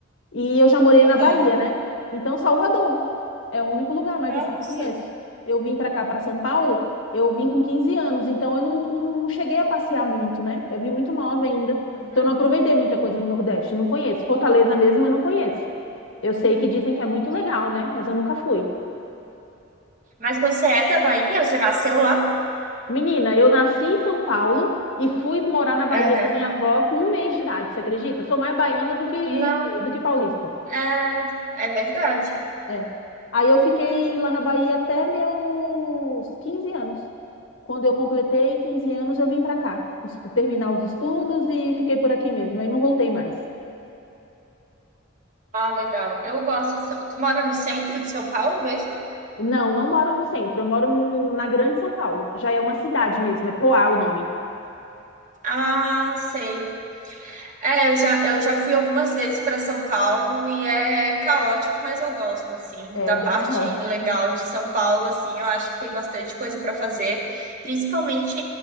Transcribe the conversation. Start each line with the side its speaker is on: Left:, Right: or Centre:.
Left: E eu já morei na
Right: Aham.
Left: Bahia, né? Então, Salvador é o único lugar mais
Right: Nossa.
Left: assim que eu conheço. Eu vim para cá, para São Paulo, eu vim com 15 anos, então eu não, não cheguei a passear muito, né? Eu vim muito nova ainda.
Right: Uhum,
Left: Então, eu não aproveitei muita coisa no Nordeste, não conheço. Fortaleza mesmo, eu não conheço. Eu sei que dizem que é muito
Right: sim.
Left: legal, né? Mas eu nunca fui.
Right: Mas você é da Bahia? Você nasceu lá?
Left: Menina, eu nasci em São Paulo e fui morar na Bahia
Right: Aham.
Left: com minha avó com um mês de idade, você acredita? Sou mais baiana do que,
Right: Não,
Left: do que paulista.
Right: é, é verdade.
Left: É. Aí eu fiquei lá na Bahia até meus 15 anos. Quando eu completei 15 anos, eu vim para cá, estu- terminar os estudos e fiquei por aqui mesmo. Aí não voltei mais.
Right: Ah, legal. Eu gosto. de São- Tu mora no centro de São Paulo mesmo?
Left: Não, não moro no centro, eu moro num- na Grande São Paulo. Já é uma cidade mesmo, é Poá o nome.
Right: Ah, sei. É, eu já, eu já fui algumas vezes para São Paulo e é caótico, mas eu gosto, assim,
Left: É
Right: da
Left: bem
Right: parte
Left: <laughs> longe.
Right: legal de São Paulo, assim, eu acho que tem bastante coisa para fazer, principalmente